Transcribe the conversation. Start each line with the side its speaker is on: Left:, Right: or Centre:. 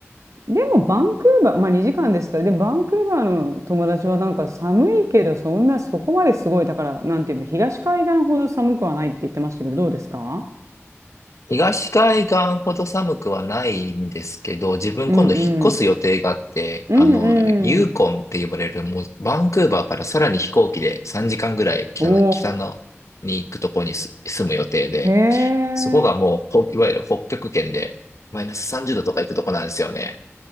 Right: でもバンクーバー、まあ2時間ですから、で、バンクーバーの友達はなんか寒いけど、そんなそこまですごい、だから、なんていうの、東海岸ほど寒くはないって言ってましたけど、どうですか
Left: 東海岸ほど寒くはないんですけど、自分今度引っ越す予定があって、
Right: うんうん。うん
Left: あの、ユーコンって呼ばれる、
Right: うん。
Left: もうバンクーバーからさらに飛行機で3時間ぐらい北の、
Right: お
Left: 北のに行くとこにす住む予定で、
Right: ー。へえ。
Left: そこがもう、ほいわゆる北極圏で、マイナス30度とか行くとこなんですよね。